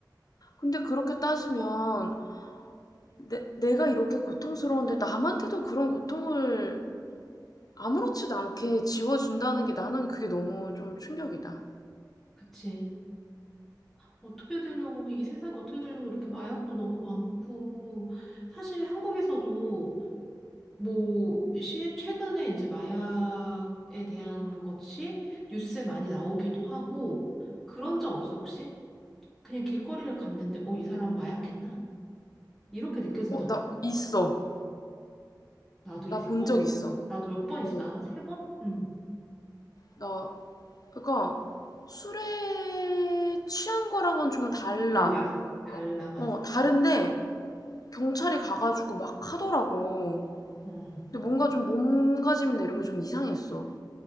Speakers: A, on the left; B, in the centre.
A: 근데 그렇게 따지면 내 내가 이렇게 고통스러운데 남한테도 그런 고통을 아무렇지도 않게 지워준다는 게 나는 그게 너무 좀 충격이다.
B: 그치. 어떻게 되려고, 이 세상이 어떻게 되려고 이렇게 마약도 너무 많고, 사실 한국에서도 뭐, 시, 최근에 이제 마약에 대한 것이 뉴스에 많이 나오기도 하고, 그런 적 없어, 혹시? 그냥 길거리를 갔는데, 어, 이 사람 마약했나? 이렇게 느껴진
A: 어,
B: 적 없어?
A: 나 있어.
B: 나도 이게
A: 나
B: 있거든.
A: 본 적 있어.
B: 나도 몇 번
A: 어.
B: 있어. 한 세 번? 응.
A: 나 그러니까 술에 취한 거랑은 좀 달라.
B: 달라. 달라, 맞아.
A: 어, 다른데 경찰이 가가지고 막 하더라고.
B: 어.
A: 근데 뭔가 좀 몸가짐이나 이런 게 좀 이상했어.